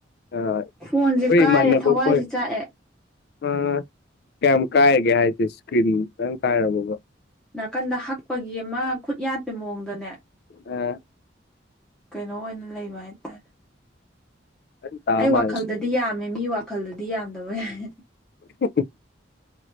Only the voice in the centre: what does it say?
ꯐꯣꯟꯁꯦ
ꯀꯥꯏꯔꯦ
ꯊꯋꯥꯏꯁꯦ
ꯆꯥꯛꯑꯦ
ꯅꯥꯀꯟꯗ ꯍꯛꯄꯒꯤ ꯑꯃ ꯈꯨꯠ ꯌꯥꯠꯄꯩ ꯃꯑꯣꯡꯗꯅꯦ
ꯀꯩꯅꯣ ꯑꯣꯏꯅ ꯂꯩꯕ ꯍꯥꯏꯇꯥꯔꯦ
ꯑꯩ
ꯋꯥꯈꯜꯗ ꯗꯤ ꯌꯥꯝꯃꯦ ꯃꯤ ꯋꯥꯈꯜꯗꯗꯤ ꯌꯥꯝꯗꯕ ꯌꯥꯏ